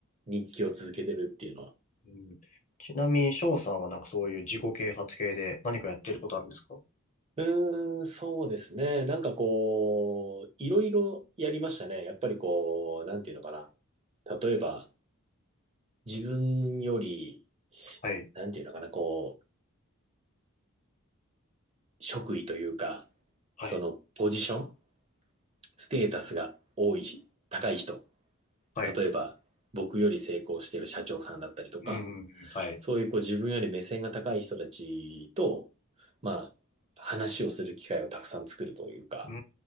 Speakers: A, on the right; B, on the left.
A: 日記を続けてるっていうのは。
B: うん、ちなみに、翔さんはなんかそういう自己啓発系で何かやってることあるんですか
A: うーん、そうですね。なんかこう、いろいろやりましたね。やっぱりこう、なんていうのかな。例えば、自分より、
B: はい。
A: なんていうのかな、こう、職位というか、
B: はい。
A: そのポジション、ステータスが多い、高い人。
B: はい。
A: 例えば、僕より成功してる社長さんだったりとか、
B: うん。はい。
A: そういうこう自分より目線が高い人たちと、まあ、話をする機会をたくさん作るというか、
B: うー